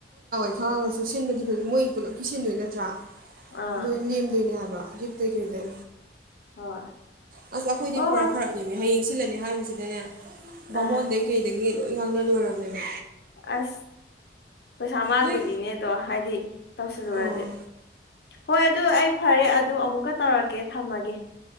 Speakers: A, on the right; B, on the left.
A: ꯈꯛꯑꯒꯁꯨ ꯁꯤꯟꯕꯗꯤ ꯐꯖ ꯃꯣꯏ ꯄꯨꯂꯞꯀꯤ ꯁꯤꯟꯗꯣꯏ ꯅꯠꯇ꯭ꯔꯥ
B: ꯑꯥ
A: ꯑꯗꯨ ꯂꯦꯝꯗꯣꯏꯅꯦ ꯍꯥꯏꯕ ꯒꯤꯞꯇꯩ ꯀꯩꯗꯩ
B: ꯎꯝ ꯍꯣꯏ
A: ꯑꯁ ꯑꯈꯣꯏꯗꯤ
B: ꯍꯣꯏ
A: ꯄꯨꯔꯥ
B: ꯍꯣꯏ
A: ꯐꯔꯛꯅꯦꯃꯦ ꯍꯌꯦꯡ ꯁꯤꯜꯂꯅꯦ ꯍꯥꯏꯕꯁꯤꯗꯅꯦ ꯕꯥꯃꯣꯟ
B: ꯑꯥ
A: ꯗꯩ ꯀꯩꯗꯩꯩꯒꯤ ꯂꯣꯏ ꯉꯡꯅ ꯂꯣꯏꯔꯕꯃꯦꯕ
B: ꯑꯁ ꯄꯩꯁꯥ ꯃꯥꯡꯗꯣꯏꯅꯤꯅꯦ
A: ꯅꯣꯏ
B: ꯑꯗꯣ ꯍꯥꯏꯗꯤ ꯇꯧꯁꯤꯜꯂꯨꯔꯗꯤ
A: ꯑꯥ
B: ꯍꯣꯏ ꯑꯗꯨ ꯑꯩ ꯐꯔꯦ ꯑꯗꯨ ꯑꯃꯨꯛꯀ ꯇꯧꯔꯛꯀꯦ ꯊꯝꯃꯒꯦ